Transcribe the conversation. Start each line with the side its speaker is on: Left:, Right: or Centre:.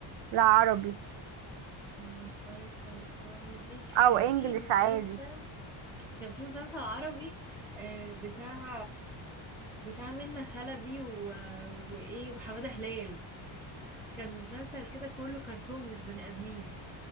Right: لا عربي
Centre: مسلسل كوميدي
Right: او
Centre: كان
Right: انجليش
Centre: في مسلسل
Right: عادي
Centre: كان في مسلسل عربي آه، بتاع بتاع منة شلبي و... وايه وحمادة هلال كان مسلسل كده كله كرتون مش بني آدمين